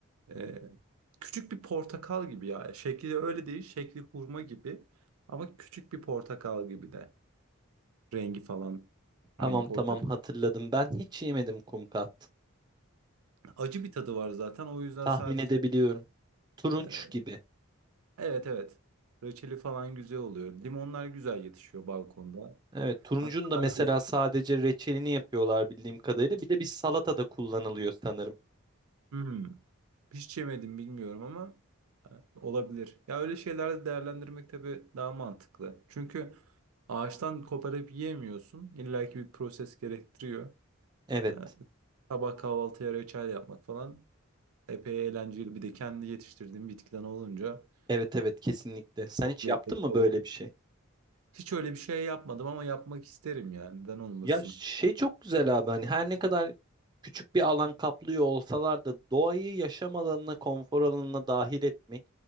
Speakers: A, on the right; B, on the right.
A: e, küçük bir portakal gibi ya. Şekli öyle değil. Şekli hurma gibi ama küçük bir portakal gibi de. Rengi falan aynı
B: Tamam
A: portakal.
B: tamam hatırladım. Ben hiç yemedim kumkat.
A: Acı bir tadı var zaten. O yüzden
B: Tahmin
A: sadece
B: edebiliyorum. Turunç
A: e,
B: gibi.
A: evet evet. Reçeli falan güzel oluyor. Limonlar güzel yetişiyor balkonda.
B: Evet, turuncun
A: Hatta
B: da
A: ben
B: mesela
A: de
B: sadece reçelini yapıyorlar bildiğim kadarıyla. Bir de bir salata da kullanılıyor sanırım.
A: hmm, hiç yemedim bilmiyorum ama e, olabilir. Ya öyle şeylerde değerlendirmek tabii daha mantıklı. Çünkü ağaçtan koparıp yiyemiyorsun. İlla ki bir proses gerektiriyor.
B: Evet.
A: E, sabah kahvaltıya reçel yapmak falan epey eğlenceli. Bir de kendi yetiştirdiğim bitkiden olunca
B: Evet evet kesinlikle. Sen
A: çok
B: hiç
A: lezzetli
B: yaptın mı
A: oluyor.
B: böyle bir şey?
A: Hiç öyle bir şey yapmadım ama yapmak isterim yani. Neden olmasın?
B: Ya şey çok güzel abi hani her ne kadar küçük bir alan kaplıyor olsalar da doğayı yaşam alanına, konfor alanına dahil etmek